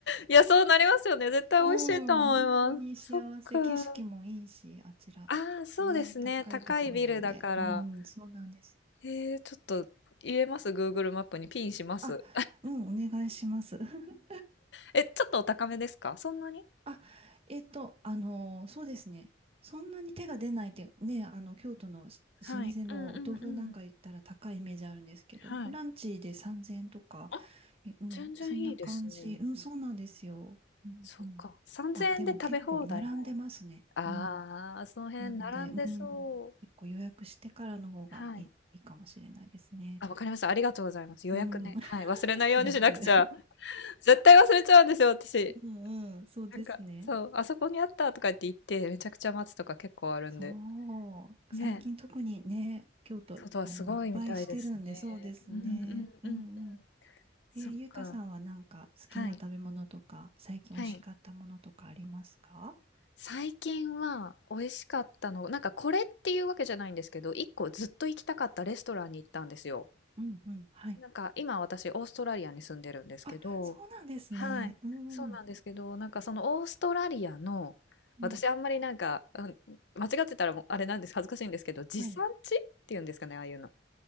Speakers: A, on the left; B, on the right.
A: いや、そうなりますよね。絶対美味しいと思います。
B: うん、本当に幸せ、
A: そっか。
B: 景色もいいし、あちら。
A: ああ、そうですね。
B: ね、高いところなんで。
A: 高いビルだから。
B: うん、そうなんです。
A: えー、ちょっと入れます Google マップにピンします。
B: あ、うん、お願いします。<laughs>
A: え、ちょっとお高めですかそんなに
B: あ、えっと、あのーそうですね。そんなに手が出ないって、ね、あの、京都の老舗
A: はい。
B: のお豆腐なんか行ったら高いイメージあるんですけど、
A: うんうんうん。はい。
B: ランチで3000円とか、
A: あ、
B: えうん、
A: 全然いいですね。
B: そんな感じ。うん、そうなんですよ。うん、
A: そっか。
B: うん。
A: ?3000
B: あ、でも結構並んでますね。
A: 円で食べ放題なら。ああ、
B: うん。
A: その辺並んでそ
B: なので、うん、結構予約してからの方がいい、
A: う。はい。
B: いいかもしれないですね。
A: あ、わかりました。ありがとうございます。予約ね。
B: うん、
A: はい。忘れないようにしなくちゃ。
B: <laughs> 予約。
A: 絶対忘れちゃうんですよ、私。
B: うん、うん、そうですね。
A: なんか、そう、あそこにあったとかって言って、めちゃくちゃ待つとか結構あるんで。
B: そう。
A: ね。
B: 最近特にね、京都、
A: 外はすごいみたいですね。
B: あの、いっぱいしてるんで、そうですね。
A: うんうんうん。
B: うんうん。
A: そっか。
B: えー、ゆいかさんはなんか好きな食べ物とか、
A: はい。
B: 最近美味しかったものとかありますか
A: はい。最近は美味しかったの、なんかこれっていうわけじゃないんですけど、一個ずっと行きたかったレストランに行ったんですよ。
B: うんうん。はい。
A: なんか今私オーストラリアに住んでるんですけど、
B: あ、そうなんですね。
A: はい、
B: うんうん。
A: そうなんですけど、なんかそのオーストラリアの、
B: うん。
A: 私あんまりなんか、うん、間違ってたらもうあれなんです、恥ずかしいんですけど、地産地っていうんですかね、
B: はい。
A: ああいうの。